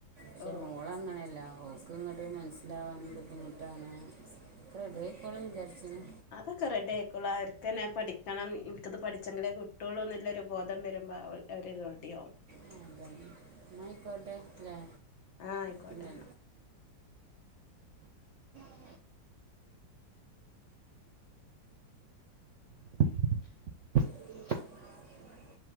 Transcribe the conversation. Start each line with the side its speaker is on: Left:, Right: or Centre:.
Right: ക്ഷേ
Left: ഓ
Right: മോളങ്ങനല്ല ഓ ബുക്കുംങ്ങട്ട് മനസ്സിലാവാനും ബുദ്ധിമുട്ടാണ് ഒക്കെ റെഡിആയിക്കോളും വിചാരിച്ച്ണ്
Left: അതൊക്കെ റെഡി ആയിക്കോളു അവർക്കന്നെ പഠിക്കണം എനിക്കത് പഠിച്ചെങ്കിലേ കിട്ടുള്ളുന്ന്ള്ളൊരു ബോധം വരുമ്പോ അവൾ അവര് റെഡിയാവും
Right: ന്നാ ആയിക്കോട്ടെ ലേ
Left: ആ ആയിക്കോട്ടെ
Right: പിന്നെ
Left: എന്നാ
Right: <unintelligible> <unintelligible>